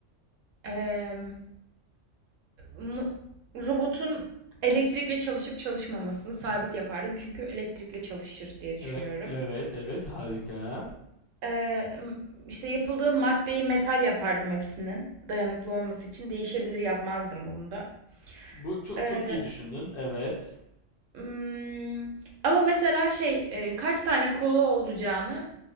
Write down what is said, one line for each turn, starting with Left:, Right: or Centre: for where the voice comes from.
Right: Emm, mu robotun elektrikle çalışıp çalışmamasını sabit yapardım çünkü elektrikle çalışır diye düşünüyorum.
Left: E, evet, evet, harika.
Right: Emm, işte, yapıldığı maddeyi metal yapardım hepsinin dayanıklı olması için. Değişebilir yapmazdım bunu da.
Left: Ç- Bu çok
Right: Eee,
Left: çok iyi düşündün. Evet.
Right: ımm, ama mesela şey, eee, kaç tane kolu olacağını,